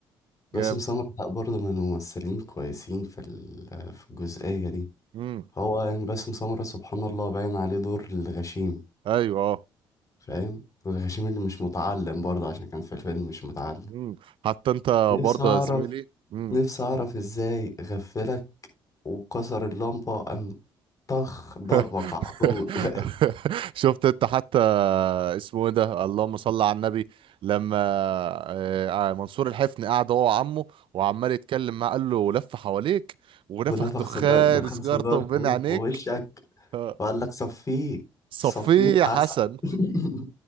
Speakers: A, on the left (about 35°); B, on the right (about 60°).
A: باسم
B: جامد
A: سمرة لا برضه من الممثلين كويسين في ال- في الجزئية دي
B: امم
A: هو يعني باسم سمرة سبحان الله باين عليه دور الغشيم
B: ايوه اه
A: فاهم الغشيم اللي مش متعلم برضه عشان كان في الفيلم مش متعلم
B: امم حتى انت
A: نفسي
B: برضه
A: أعرف
B: يا زميلي امم
A: نفسي أعرف إزاي غفلك وكسر اللمبة قام طخ ضربك
B: <laughs>
A: على طول <laughs>
B: شفت انت حتى اسمه ايه ده اللهم صل على النبي لما آه، آه، منصور الحفني قعد هو وعمه وعمال يتكلم معاه قال له لف حواليك ونفخ
A: ونفخ
B: دخان
A: سجار دخان
B: سيجارته
A: سيجارته
B: بين عينيك
A: في وشك
B: آه،
A: وقال لك صفيه
B: صفيه
A: صفيه
B: يا
A: حسن
B: حسن
A: <laughs>